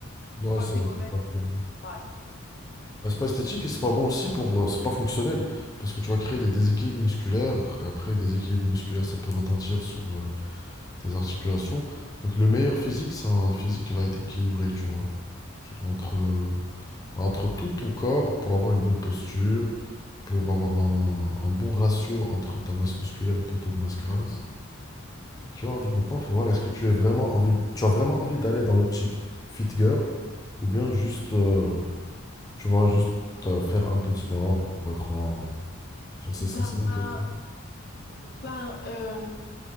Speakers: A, on the left (about 20°); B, on the left (about 50°).
A: Ouais,
B: pas
A: c'est
B: que c'est mauvais,
A: c'est pas
B: mais c'est
A: très bon.
B: c'est pas esthétique.
A: Bah, c'est pas esthétique et c'est pas bon aussi pour, euh, c'est pas fonctionnel parce que tu vas créer des déséquilibres musculaires. Après, des déséquilibres musculaires, ça peut retentir sur, euh, tes articulations. Donc le meilleur physique, c'est un physique qui va être équilibré, tu vois. Genre entre, entre tout ton corps pour avoir une bonne posture, pour avoir un, un bon ratio entre ta masse musculaire et ton taux de masse grasse.
B: Mhm.
A: Tu vois, donc maintenant, il faut voir est-ce que tu es vraiment envie, tu as vraiment envie d'aller dans l'optique fit girl ou bien juste, euh, tu vois, juste euh, faire un peu de sport pour être en... Genre, c'est
B: Bah,
A: c'est ça la question.
B: ben, euh,